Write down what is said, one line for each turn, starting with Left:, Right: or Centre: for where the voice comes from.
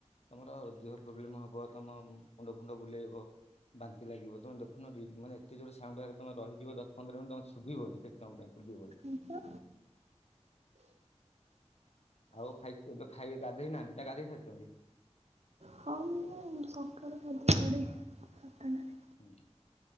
Left: ତମର ଦେହ ପ୍ରୋବ୍ଲେମ ହବ, ତମ ମୁଣ୍ଡ ଫୁଣ୍ଡ ବୁଲେଇବ। ବାନ୍ତି ଲାଗିବ ତମେ ଦେଖୁନ ରି ମାନେ ଏତେ ଜୋର ସାଉଣ୍ଡ ଆଗରେ ତମେ ରହିଯିବ ଦଶ ପନ୍ଦର ମିନିଟ ତମେ ଶୁଭିବନି କେତେ ସମୟ ପାଇଁ ଶୁଭିବନି।
Right: ହଁ ବା।
Left: <inaudible> <unintelligible> ଆଉ ଖାଇ ଏବେ ଖାଇ ଗାଧେଇ ନାହାନ୍ତି ନା ଗାଧେଇ ସାରିଚନ୍ତି?
Right: ହଁ ମୁଁ ସକାଳୁ ଗାଧେଇ ପଡେ ସାତଟାରେ।
Left: ଉଁ